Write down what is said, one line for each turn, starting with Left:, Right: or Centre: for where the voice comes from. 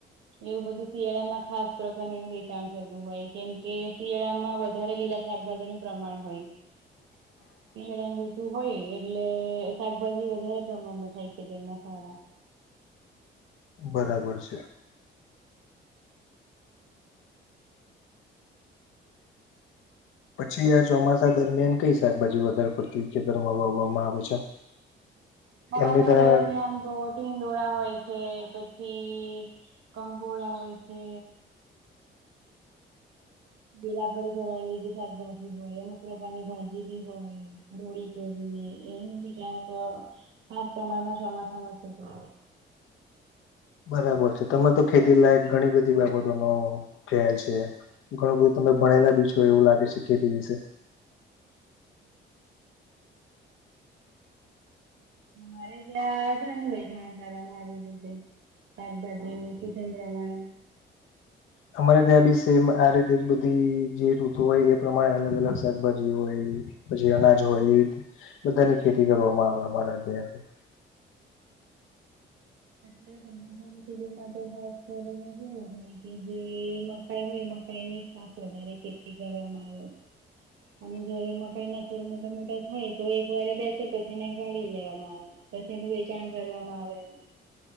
Right: એવું બધું શળામાં ખાસ પ્રકારની થતું હોય કેમકે શિયાળામાં વધારે લીલા શાકભાજી નું પ્રમાણ હોય
Left: હ
Right: પળાની ઋતુ હોય એટલે શાકભાજી વધારે પ્રમાણમાં થાય છે તેના સારા
Left: બરાબર છે પછી આ ચોમાસા દરમિયાન કઈ શાકભાજી વધારે પડતી ખેતર માં વાવવામાં આવે છે
Right: મસાલે
Left: એમની તરફ
Right: મિયા દોધ ીંડોળા હોય છે પછી કંકોુળા હોય છે પેલા પરરી થોડા લીધ શાકભાજી હોય અમુક પ્રકારની ભાજી બી હોય દોળ કરીને એને બી ક્યાંક ખાસ પ્રમાણ ના ચોમાખ નથી કર
Left: બરાબર છે તમે તો ખેતી લાયક ઘણી બધી બાબતો નો ખ્યાલ છે ઘણું બધું તમે ભણેલા બી છો એવું લાગે છે ખેતી વિશે
Right: અમારે ત્યા શ કરમારી રીતે શાકભાજીનું પીજન પ્રમાણ
Left: અમારે ત્યાં બી સેમ આ રીતે બધી જે ઋતુ હોય એ પ્રમાણે અલગ અલગ શાકભાજી હોય પછી અનાજ હોય એવી રીતે બધાની ખેતી કરવામાં આવે અમારા ત્યાંથી <inaudible>
Right: એ ગ <unintelligible> માટે ખાસ કરીને જેવું હોય કે જે મકાઈ હોય મકાઈ ની ખાસ વધારે ખેતી ખેતી કરે મારો
Left: <inaudible>
Right: અને જયારે મકાઈ ના છર મોટા મોટા થાય તો એક વાર બેસે પછી એને ગાળી લેવામાં આવે પછી એનું વેચાણ કરવામાં આવે એમ